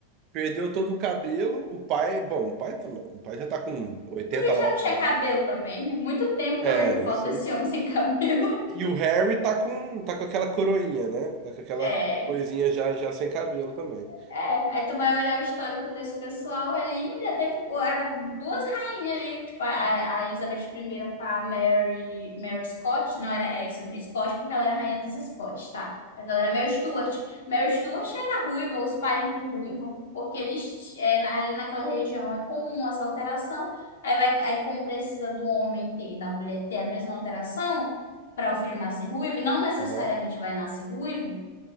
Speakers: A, on the right; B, on the left.
A: perdeu todo o cabelo. O pai, bom, o pai também. O pai já tá com 80
B: Mas ele
A: lá.
B: já
A: vai
B: não
A: pra
B: tinha
A: lá.
B: cabelo
A: né?
B: também. Muito tempo
A: É,
B: que eu vejo foto
A: esse
B: desse
A: aí.
B: homem sem cabelo.
A: E o Harry tá com, tá com aquela coroinha, né? Tá com aquela
B: <laughs> É.
A: coisinha já, já sem cabelo também.
B: É, aí tu vai olhar o histórico desse pessoal ali, já teve ah, duas rainhas ali, tipo a, a Elizabeth I com a Mary, Mary Scott, não era é isso, Scott porque ela era rainha dos Scots, tá? Mas ela era Mary Stuart. Mary Stuart era ruiva, os parentes do ruivo, porque eles é, na- ali naquela região é comum essa alteração. Aí vai, aí como precisa do homem ter e da mulher ter a mesma alteração para o filho nascer ruivo, e não necessariamente
A: Aham.
B: vai nascer ruivo.